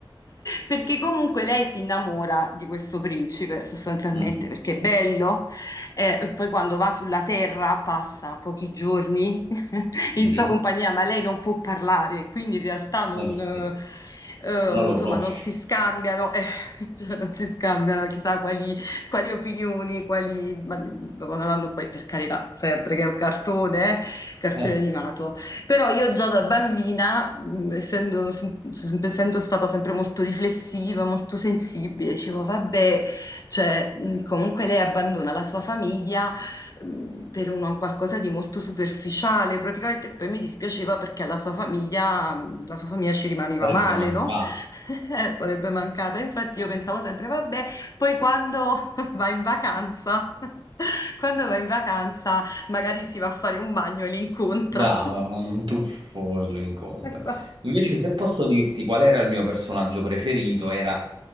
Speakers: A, on the left (about 40°); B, on the right (about 60°).
A: Perché comunque lei si innamora di questo principe sostanzialmente
B: Mhm.
A: perché è bello, eh, e poi quando va sulla terra passa pochi giorni <laughs>
B: Sì,
A: in sua compagnia, ma lei non può parlare, quindi in realtà non,
B: eh sì,
A: eh, eh,
B: non lo
A: insomma,
B: conosci.
A: non si scambiano, eh, <laughs> cioè non si scambiano chissà quali, quali opinioni, quali, ma, insomma, non hanno poi per carità, sempre che è un cartone, eh, cartone
B: Eh sì,
A: animato. Però io già da bambina, mh, essendo, sem- sem- essendo stata sempre molto riflessiva, molto sensibile, dicevo, vabbè, cioè, mh, comunque lei abbandona la sua famiglia, mh, per uno- qualcosa di molto superficiale, praticamente e poi mi dispiaceva perché alla sua famiglia, mh, la sua famiglia ci rimaneva
B: sarebbe
A: male,
B: mancato.
A: no? <laughs> Eh, Sarebbe mancata. Infatti io pensavo sempre, vabbè, poi quando <laughs> va in vacanza, <laughs> quando va in vacanza magari si va a fare un bagno e li incontra.
B: Brava,
A: <laughs>
B: fa un tuffo e lo incontra.
A: Esatto.
B: Invece, se posso dirti qual era il mio personaggio preferito, era,